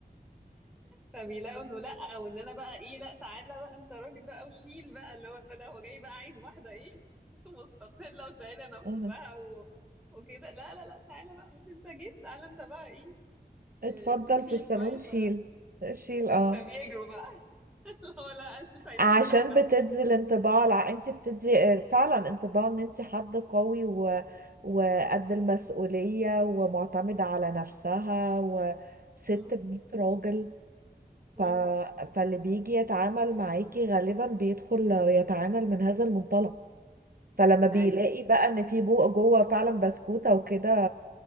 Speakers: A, in the centre; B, on the right.
A: فبيلاقوا انه لا وان انا بقى ايه لا تعالى بقى انت راجل بقى وشيل بقى اللي هو لا هو جاي بقى عايز واحده ايه <laughs> مستقله وشايله نفسها
B: اه.
A: و... وكده لا لا لا تعالى بقى مش انت جيت تعالى انت بقى ايه
B: اتفضل
A: آه، شيل
B: في الصالون
A: شويه
B: شيل
A: ف... ف-
B: شيل اه
A: فبيجروا بقى <laughs> اللي هو لا مش عايزين
B: عشان
A: بسكوت
B: بتدي الانطباع الع... انت بتدي اه، فعلا انطباع ان انت حد قوي و... وقد المسؤولية ومعتمدة على نفسها وست
A: م-
B: بمية راجل
A: م.
B: ف... فاللي بيجي يتعامل معاكي غالبا بيدخل يتعامل من هذا المنطلق فلما بيلاقي
A: ايوه
B: بقى ان في بوق جوه فعلا بسكوتة وكده